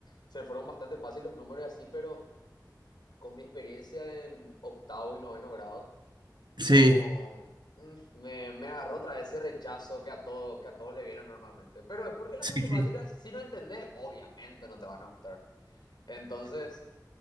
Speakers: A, on the left; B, on the right.
A: se me fueron bastante fáciles los números y así, pero con mi experiencia en octavo y noveno grado no,
B: sí,
A: mm, me, me agarró otra vez ese rechazo que a todo, que a todos le viene normalmente. Pero es porque las
B: sí,
A: matemáticas,
B: sí,
A: si no entendés, obviamente no te van a gustar. Entonces,